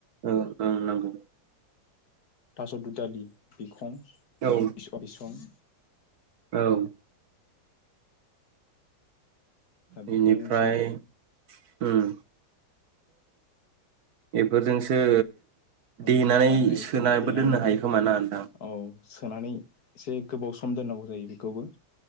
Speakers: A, on the right; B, on the left.
A: ओ-ओम नंगौ।
B: थास' दुलालि बिखं <unintelligible>
A: औ
B: बिसं <unintelligible>
A: औ
B: दा
A: बेनिफ्राय
B: बेफोरजोंसो
A: ओम इफोरजोंसो
B: औ
A: देनानै
B: बानायनाय
A: सोनाबो
B: देनानै
A: दोननो हायो खोमा ना नोंथां?
B: औ सोनानै एसे गोबाव सम दोननांगौ जायो बेखौबो